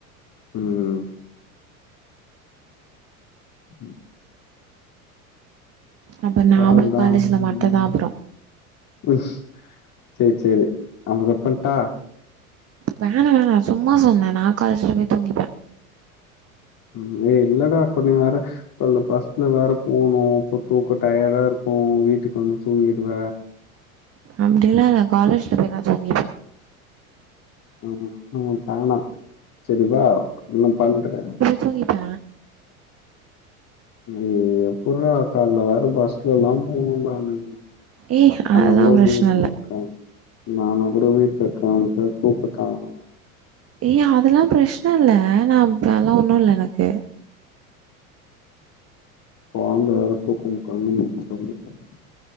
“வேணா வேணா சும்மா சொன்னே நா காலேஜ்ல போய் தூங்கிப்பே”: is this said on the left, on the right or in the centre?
Right